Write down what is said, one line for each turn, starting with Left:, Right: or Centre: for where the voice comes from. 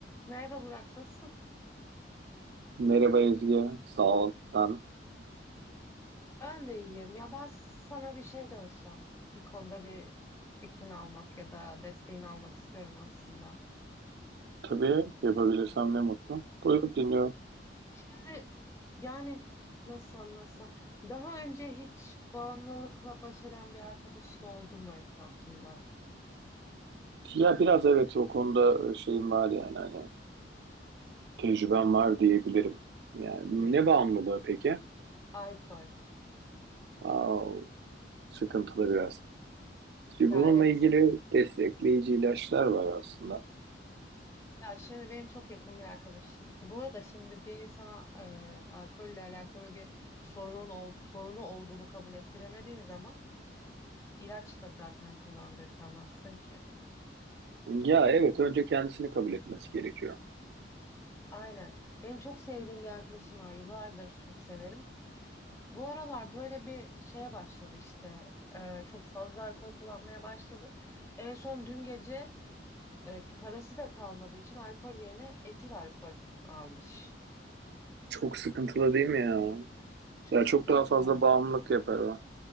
Left: Merhaba Burak, nasılsın?
Right: Merhaba Ezgi, sağ ol. Ben
Left: Ben de iyiyim. Ya ben sana bir şey danışacağım. Bir konuda bir fikrini almak ya da desteğini almak istiyorum aslında.
Right: tabii yapabilirsem ne mutlu. Buyur dinliyorum.
Left: Şimdi yani nasıl anlatsam daha önce hiç bağımlılıkla baş eden bir arkadaşın oldu mu etrafında?
Right: Ya biraz evet o konuda e, şeyim var yani hani tecrübem var diyebilirim. Yani
Left: Hı hı.
Right: ne bağımlılığı peki?
Left: Alkol.
Right: Aa, sıkıntılı biraz. Şimdi
Left: Ya
Right: bununla
Left: evet.
Right: ilgili destekleyici ilaçlar var aslında.
Left: Ya şimdi benim çok yakın bir arkadaşım. Bu arada şimdi bir insana e, alkolle alakalı bir sorun ol- sorunu olduğunu kabul ettiremediğin zaman İlaç da zaten kullandırtamazsın ki.
Right: Ya evet önce kendisini kabul etmesi gerekiyor.
Left: Aynen. Benim çok sevdiğim bir arkadaşım var. Yıllardır çok severim. Bu aralar böyle bir şeye başladı işte. Ee, çok fazla alkol kullanmaya başladı. En son dün gece e, parası da kalmadığı için alkol yerine etil alkol almış.
Right: Çok sıkıntılı değil mi ya?
Left: Çok
Right: Ya çok
Left: sıkıntılı.
Right: daha fazla bağımlılık yapar o.